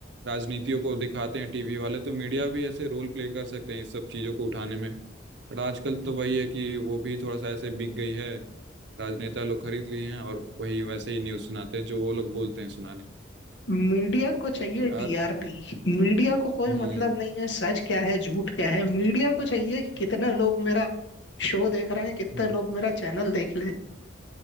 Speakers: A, on the right (about 60°); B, on the left (about 65°).
A: राजनीतियों को दिखाते हैं टीवी वाले तो मीडिया भी ऐसे रोल प्ले कर सकते हैं इस सब चीज़ों को उठाने में बट आजकल तो वही है कि वो भी थोड़ा सा ऐसे बिक गई है राजनेता लोग खरीद लिए हैं और वही वैसे ही न्यूज़ सुनाते हैं जो वो लोग बोलते हैं सुनाने
B: मीडिया को चाहिए
A: तो यार
B: टीआरपी मीडिया को कोई
A: हम्म
B: मतलब नहीं है सच क्या है झूठ क्या है मीडिया को चाहिए कि कितने लोग मेरा शो देख रहे हैं कितने
A: हम्म।
B: लोग मेरा चैनल देख ले